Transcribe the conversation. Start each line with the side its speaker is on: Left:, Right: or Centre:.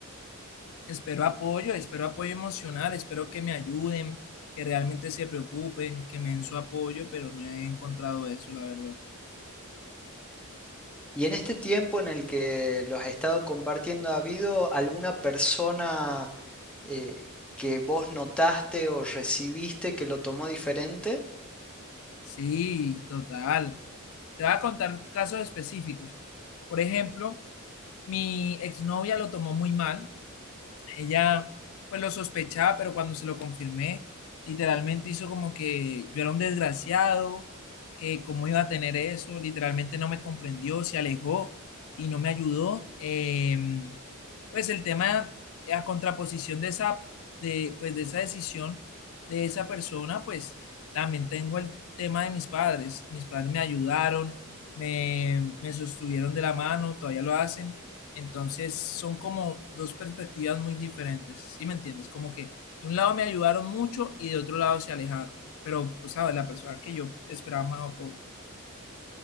Left: Espero apoyo, espero apoyo emocional, espero que me ayuden, que realmente se preocupen, que me den su apoyo, pero no he encontrado eso, la verdad.
Centre: Y en este tiempo en el que los has estado compartiendo, ¿ha habido alguna persona eh, que vos notaste o recibiste que lo tomó diferente?
Left: Sí, total. Te voy a contar casos específicos. Por ejemplo, mi exnovia lo tomó muy mal ella, pues lo sospechaba, pero cuando se lo confirmé, literalmente hizo como que yo era un desgraciado, que cómo iba a tener eso, literalmente no me comprendió, se alejó y no me ayudó. Eh, pues el tema, eh, a contraposición de esa, de, pues de esa decisión de esa persona, pues también tengo el tema de mis padres. Mis padres me ayudaron, me, me sostuvieron de la mano, todavía lo hacen entonces son como dos perspectivas muy diferentes, ¿sí me entiendes? Como que de un lado me ayudaron mucho y de otro lado se alejaron, pero, pues, ¿sabes? La persona que yo esperaba más apoyo.